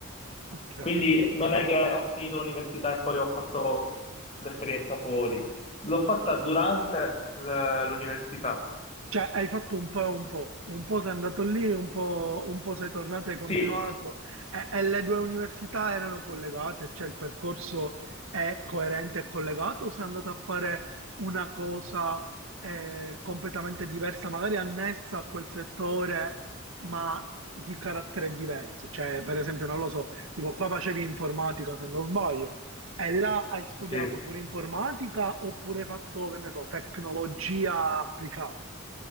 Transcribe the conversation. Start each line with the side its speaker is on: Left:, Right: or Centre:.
Right: ok.
Left: Quindi non è che ho finito l'università e poi ho fatto l'esperienza fuori. L'ho fatta durante l- l'università.
Right: Cioè, hai fatto un po' e un po', un po' sei andato lì, un po', un po' sei tornato e hai continuato.
Left: Sì,
Right: E, e le due università erano collegate, cioè il percorso è coerente e collegato, o sei andato a fare una cosa eh, completamente diversa, magari annessa a quel settore, ma di carattere diverso. Cioè, per esempio, non lo so, tipo qua facevi informatica, se non sbaglio, e là hai studiato
Left: sì.
Right: pure informatica oppure hai fatto, che ne so, tecnologia applicata.